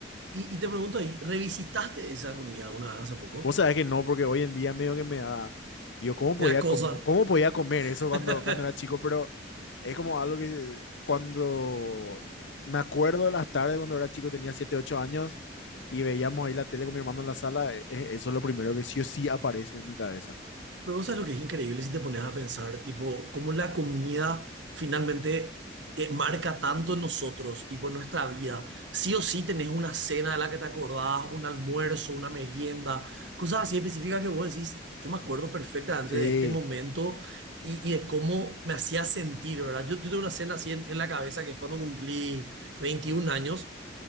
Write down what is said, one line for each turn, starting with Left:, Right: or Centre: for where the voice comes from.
Right: Y, y te pregunto ahí, ¿revisitaste esa comida alguna vez hace poco?
Left: Vos sabés que no, porque hoy en día medio que me da, digo, ¿cómo podía,
Right: ¿Te da cosa?
Left: com- cómo podía comer eso cuando,
Right: <laughs>
Left: cuando era chico? Pero es como algo que cuando me acuerdo de las tardes cuando era chico, tenía 7 8 años y veíamos ahí la tele con mi hermano en la sala, e- e- eso es lo primero que sí o sí aparece en mi cabeza.
Right: Pero vos sabés lo que es increíble si te pones a pensar, tipo, cómo la comida finalmente eh, marca tanto en nosotros, tipo, en nuestra vida. Sí o sí tenés una cena de la que te acordás, un almuerzo, una merienda, cosas así específicas que vos decís, yo me acuerdo perfectamente
Left: Sí,
Right: de este momento y, y de cómo me hacía sentir, ¿verdad? Yo, yo tuve una cena así en, en la cabeza que es cuando cumplí veintiún años